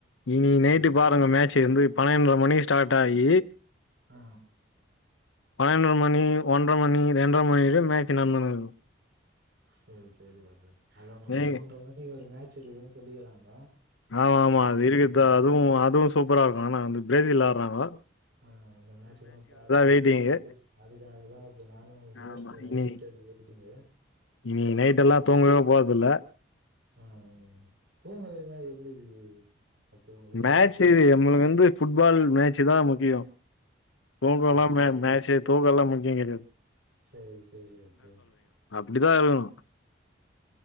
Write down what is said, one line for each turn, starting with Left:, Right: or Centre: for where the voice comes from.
Left: இன்னிக்கு நைட்டு
Right: ம்
Left: பாருங்க மேச்சு வந்து பன்னெண்ர மணிக்கி ஸ்டாட் ஆயி
Right: ஆ
Left: பனண்ற மணி ஒன்ற மணி ரெண்டர மணி‌ இதா மேச்சு நட்ந்துனு இருக்கு
Right: சேரி சேரி அது அதா இன்னிக்
Left: ஏங்க
Right: மூன்ற மணி ஒரு மேட்ச் தெரியிதுன் சொல்லிக்கிறாங்க
Left: ஆமா ஆமா
Right: அந்த
Left: அது
Right: மா-
Left: இருக்கத்த அதுவு அதுவு சூப்பரா இருக்கு ஆனா வந்து பிரேஜில் ஆட்றாங்ளா
Right: ஆ அந்த மேட்ச் தா பாக்கணு
Left: வெயிட்டிங்கு.
Right: அதுக்அதுக்காகதா இப்ப நானும் மோஸ்டட்
Left: ஆமா.
Right: அத
Left: இனி
Right: பத்தி தெரிஞ்சுக்கிட்டீங்க
Left: இன்னிக்கு நைட் எல்லாம்
Right: அது ரொம்
Left: தூங்கவே போறதில்ல.
Right: அ அ தூங்கலைன்னா எப்டி அப்ப உங்களுக்கு
Left: மேச்சு இது
Right: புரியுது
Left: எம்ளுக்கு வந்து ஃபுட் பால் மேச்சி தா முக்கியோ தூங்கலா
Right: புரியுது
Left: மே மேட்சு தூங்கலா முட் நீங்க என்னது
Right: சேரி சேரி அப்பே
Left: ப்டிதா இருக்குணு